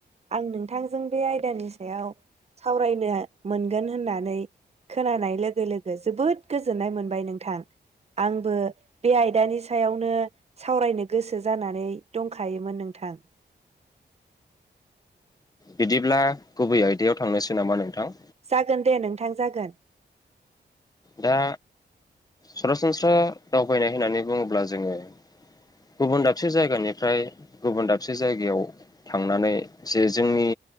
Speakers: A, on the right; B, on the left.
A: आं नोंथांजों बे आयदानि सायाव सावरायनो मोनगोन होननानै खोनानाय लोगो लोगो जोबोद गोजोननाय मोनबाय नोंथां आंबो बे आयदानि सायावनो सावरायनो गोसो जानानै दंखायोमोन नोंथां
B: बिदिब्ला गुबै आयदायाव थांनोसै नामा नोंथां
A: जागोन दे नोंथां जागोन
B: दा सरासनस्रा दावबायनाय होननानै बुङोब्ला जोङो गुबुन दाबसे जायगानिफ्राय गुबुन दाबसे जायगायाव थांनानै जे जोंनि